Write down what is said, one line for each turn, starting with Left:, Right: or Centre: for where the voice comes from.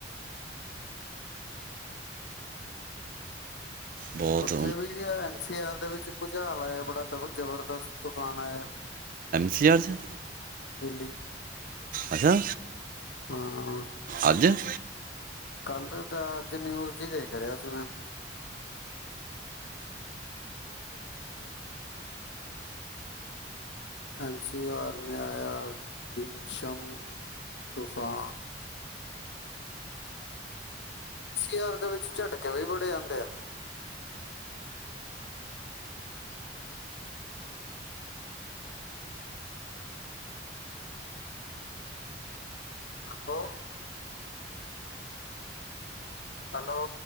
Right: ਬਹੁਤ
Left: ਉੱਥੇ ਵੀ ਐਨ ਸੀ ਆਰ ਦੇ ਵਿੱਚ ਭੁਚਾਲ ਆਇਆ ਬੜਾ ਦਬਰ ਜਬਰ ਤੂਫਾਨ ਆਇਆ।
Right: ਸੀ ਆਰ ਚ।
Left: ਦਿੱਲੀ।
Right: ਅੱਛਾ।
Left: ਹਾਂ।
Right: ਅੱਜ
Left: ਕੱਲ ਦਾ ਅੱਜ ਨਿਊਜ਼ ਜੀ ਦੇਖ ਰਿਹਾ ਸੀ ਮੈਂ। ਐਨ ਸੀ ਆਰ ਮੈਂ ਆਇਆ ਬਿਗਸ਼ਮ ਤੂਫਾਨ। ਐਨ ਸੀ ਆਰ ਦੇ ਵਿੱਚ ਝਟਕੇ ਵੀ ਬੜੇ ਆਉਂਦੇ ਆ ਲੰਦੋ ਹੈਲੋ।